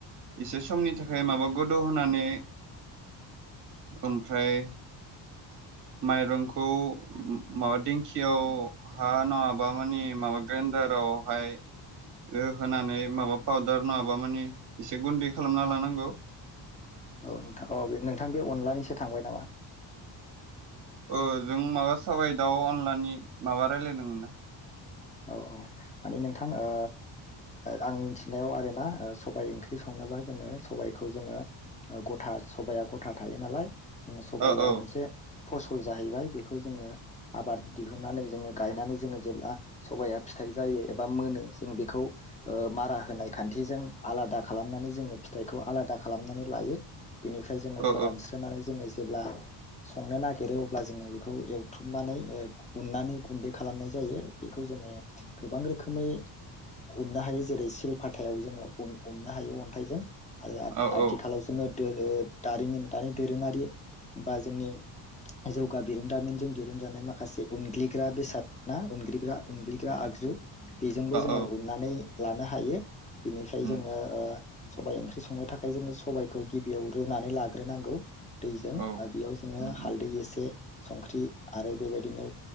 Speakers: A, on the right (about 45°); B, on the left (about 15°).
A: एसे समनि थाखाय माबा गोदौ होनानै ओमफ्राय माइरंखौ मा दिंखियाव हा नोङाबा मानि माबा ग्रेन्दारावहाय ओ होनानै माबा पाउदार नोङाबा मानि एसे गुन्दै खालामना लानांगौ।
B: औ नोंथां औ बे नोंथां बे अनलानिसो थांबाय नामा?
A: ओ जों माबा साबाय दाउ अनलानि माबा रायलायदोंमोन ना?
B: औ औ मानि नोंथां ओ आं मिथिनायाव आरोना सबाइ ओंख्रि संनोबा जोङो सबाइखौ जोङो गथा सबाया गथा थायो नालाय। जोङो सबाया
A: औ औ
B: मोनसे फसल जाहैबाय बेखौ जोङो आबाद दिहुननानै जोङो गायनानै जोङो जेब्ला सबाइया फिथाइ जायो एबा मोनो जों बेखौ ओ मारा होनाय खान्थिजों आलादा खालामनानै जोङो फिथाइखौ आलादा खालामनानै लायो। बिनिफ्राय जोङो
A: औ
B: फोरानस्रोनानै जोङो जेब्ला संनो नागिरो अब्ला जोङो बेखौ एवथुमनानै ओ उननानै गुन्दै खालामनाय जायो। बेखौ जोङो गोबां रोखोमै उननो हायो जेरै सिल फाथायाव जोङो उन-उननो हायो अन्थाइजों। आरो आथ-आथिखालाव
A: औ औ
B: जोङो <unintelligible> दारिमिन दानि दोरोङारि बा जोंनि जौगा बिरोंदारिमिनजों दिरुनजानाय माखासे उनग्लिग्रा बेसाद ना उनग्रि ग्रा उनग्लि ग्रा आगजु बेजोंबो जोङो
A: औ
B: उननानै लानो हायो। बिनिफ्राय
A: उम
B: जोङो ओ सबाइ ओंख्रि संनो थाखाय जोङो सबायखौ गिबियाव रुनानै लाग्रोनांगौ। दैजों
A: ओ औ उम औ
B: आरो बेयाव जोङो
A: उम
B: हालदै एसे संख्रि आरो बेबायदिनो